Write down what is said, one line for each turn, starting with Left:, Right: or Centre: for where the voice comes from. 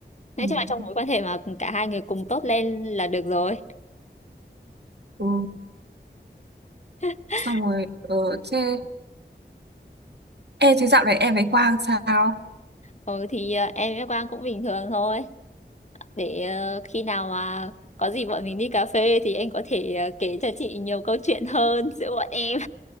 Right: Ừ.
Left: nói chung là trong mối quan hệ mà cả hai người cùng tốt lên là được rồi
Right: ừ.
Left: <laughs>
Right: Xong rồi, ờ, thế... Ê, thế dạo này em với Quang sao?
Left: ừ thì ờ, em với Quang cũng bình thường thôi để ờ, khi nào mà có gì bọn mình đi cà phê thì em có thể ờ, kể cho chị nhiều câu chuyện hơn <laughs> giữa bọn em